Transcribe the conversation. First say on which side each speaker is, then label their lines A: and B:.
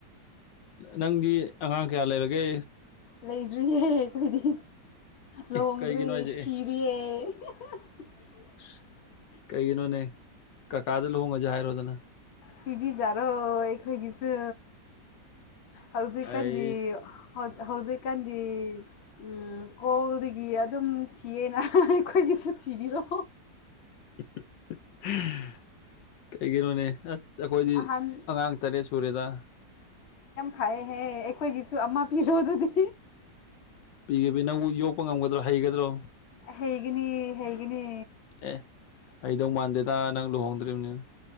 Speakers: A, on the left; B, on the left.
A: ꯅꯪꯗꯤ ꯑꯉꯥꯡ ꯀꯌꯥ ꯂꯩꯔꯒꯦ?
B: ꯂꯩꯗ꯭ꯔꯤꯌꯦ ꯑꯩꯈꯣꯏꯗꯤ ꯂꯨꯍꯣꯡꯗ꯭ꯔꯤ
A: ꯑꯦ ꯀꯩꯒꯤꯅꯣ ꯍꯥꯏꯁꯦ
B: ꯊꯤꯔꯤꯌꯦ
A: ꯑꯦ
B: <unintelligible>
A: ꯀꯩꯒꯤꯅꯣꯅꯦ ꯀꯥꯀꯥꯗ ꯂꯨꯍꯣꯡꯉꯁꯤ ꯍꯥꯏꯔꯣꯗꯅ
B: ꯊꯤꯕꯤꯖꯥꯔꯣꯏ ꯑꯩꯈꯣꯏꯒꯤꯁꯨ ꯍꯧꯖꯤꯛꯀꯥꯟꯗꯤ
A: ꯑꯩꯁ
B: ꯍꯧꯖꯤꯛꯀꯥꯟꯗꯤ ꯎꯝ ꯀꯣꯜꯗꯒꯤ ꯑꯗꯨꯝ ꯊꯤꯌꯦꯅ ꯑꯩꯈꯣꯏꯒꯤꯁꯨ ꯊꯤꯕꯤꯔꯣ
A: <unintelligible> ꯀꯩꯒꯤꯅꯣꯅꯦ ꯑꯁ ꯑꯩꯈꯣꯏꯗꯤ
B: ꯑꯍꯟ
A: ꯑꯉꯥꯡ ꯇꯔꯦꯠ ꯁꯨꯔꯦꯗ
B: ꯈꯏꯌꯦꯍꯦ ꯑꯩꯈꯣꯏꯒꯤꯁꯨ ꯑꯃ ꯄꯤꯔꯣ ꯑꯗꯨꯗꯤ
A: ꯄꯤꯒꯕꯤ ꯅꯪꯕꯨ ꯌꯣꯛꯄ ꯉꯝꯒꯗ꯭ꯔꯣ ꯍꯩꯒꯗ꯭ꯔꯣ
B: ꯍꯩꯒꯅꯤ ꯍꯩꯒꯅꯤ
A: ꯑꯦ ꯍꯩꯗꯧ ꯃꯥꯟꯗꯦꯗ ꯅꯪ ꯂꯨꯍꯣꯡꯗ꯭ꯔꯤꯕꯅꯤꯅ